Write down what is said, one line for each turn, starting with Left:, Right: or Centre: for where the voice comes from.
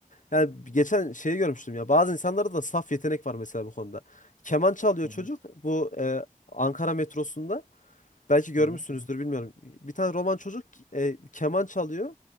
Left: Yani geçen şeyi görmüştüm ya. Bazı insanlarda da saf yetenek var mesela bu konuda. Keman çalıyor
Right: Hı hı
Left: çocuk bu e, Ankara metrosunda. Belki görmüşsünüzdür
Right: hı hı
Left: bilmiyorum. Bir tane roman çocuk e, keman çalıyor.